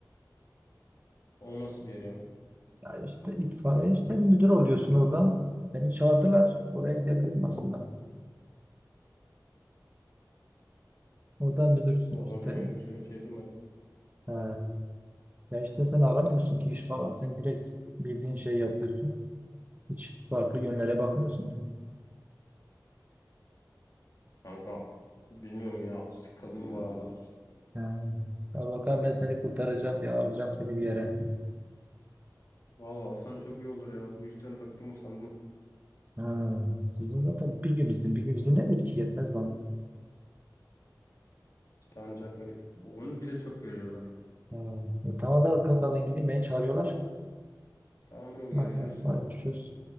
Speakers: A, on the left; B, on the right.
A: O nasıl bir yer ya?
B: Ya işte itfaiye işte müdür oluyorsun orada. Beni çağırdılar. Oraya gidebilirim aslında. Orada müdürsün
A: Valla
B: işte.
A: bilmiyorum. Şöyle bir şey duymadım.
B: He. Ya işte sen aramıyorsun ki iş falan. Sen direkt bildiğin şeyi yapıyorsun. Hiç farklı yönlere bakmıyorsun ki.
A: Kanka bilmiyorum ya sıkıldım bu aralar.
B: He. Ya bakalım ben seni kurtaracağım ya. Alacağım seni bir yere.
A: Vallahi alsan çok iyi olur ya. Bu işten bıktım usandım.
B: He. Sizin zaten bir gün izin. Bir gün izin nedir ki? Yetmez bana.
A: İşte ancak böyle- bu- onu bile çok görüyorlar.
B: He. E Tamam da kanka ben gideyim. Beni çağırıyorlar.
A: Tamam bro görüşürüz
B: Aha,
A: sonra.
B: paylaşıyoruz.